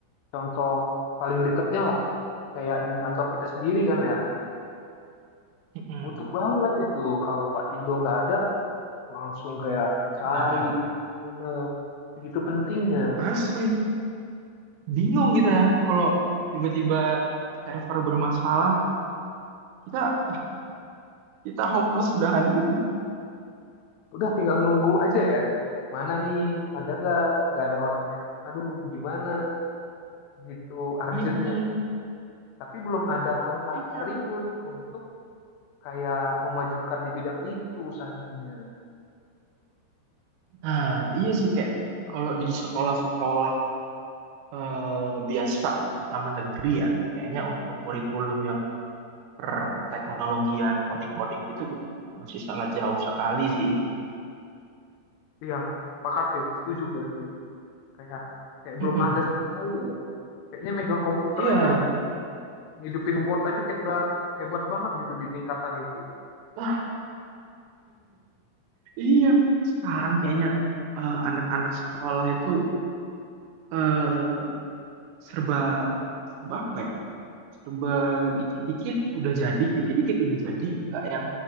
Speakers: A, on the left; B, on the right.
A: contoh paling dekatnya lah, kayak di kantor kita sendiri kan ya,
B: Mm-mm.
A: butuh banget itu. Kalau Pak Tigo nggak ada, langsung kayak dicari,
B: Nah,
A: mana, begitu pentingnya.
B: asli bingung kita ya kalau tiba-tiba server bermasalah, kita kita hopeless udahan. <laughs>
A: Udah tinggal nunggu aja ya. Mana nih, ada nggak? Nggak ada orangnya. Aduh, gimana? Gitu, urgentnya.
B: Mm-mm.
A: Tapi belum ada langkah
B: Iya.
A: serius untuk kayak memajukan di bidang itu sayangnya.
B: Nah, iya sih kayak kalau di sekolah-sekolah eh, biasa, terutama negeri ya, kayaknya untuk kurikulum yang perteknologian coding-coding gitu, uh, masih sangat jauh sekali sih.
A: Iya, pakat sih, setuju gue, setuju. kayak kayak
B: Mm-mm.
A: belum ada sama sekali ya kayaknya megang komputer
B: Iya,
A: aja ngidupin Word aja kayak udah hebat banget gitu di tingkatan itu
B: Wah, iya. Sekarang kayaknya eh, anak-anak sekolah itu eh, serba, serba apa ya? Serba dikit-dikit udah jadi, dikit-dikit udah jadi, nggak yang